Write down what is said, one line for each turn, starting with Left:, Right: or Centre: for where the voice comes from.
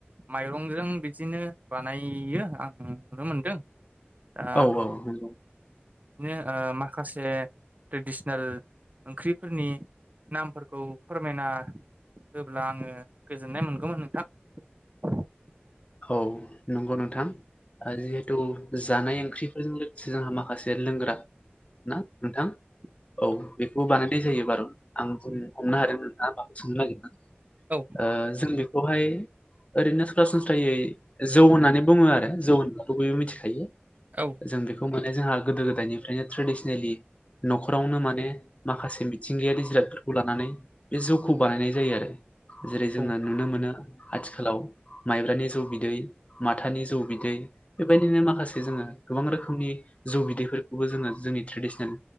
Right: माइरं आजों बिदिनो बानायो आं नुनो मोनदों दा
Left: औ औ नगौ।
Right: बिदिनो ओ माखासे ट्रेडिसनेल ओंख्रिफोरनि नामफोरखौ फोरमायना होब्ला आङो गोजोननाय मोनगौमोन नोंथां। <unintelligible>
Left: औ नंगौ नोंथां जिहेथु जानाय ओंख्रिफोरजों लोगोसे जोंहा माखासे लोंग्रा ना नोंथां।
Right: <inaudible>
Left: औ बेखौ बानायनाय जायो बारु' आं बुं हमनो हादोंम नोंथां'आ माखौ सोंनो नागिरदों।
Right: औ
Left: ओ जों बेखौहाय ओरैनो सरासनस जौ होननानै बुङो आरो जौ बयबो मिथिखायो
Right: औ
Left: जों बेखौ जोंहा गोदो गोदायनिफ्रायनो ट्रेडिसनेलि न'खरावनो माने माखासे मिथिंगायारि जिरादफोरखौ लानानै बे जौखौ बानायनाय जायो आरो जेरै जोङो
Right: औ
Left: नुनो मोनो आथिखालाव माइब्रानि जौ बिदै माथानि जौ बिदै बेबायदिनो माखासे जोंङो गोबां रोखोमनि जौ बिदैफोरखौबो जोङो जोंनि ट्रेडिसनेल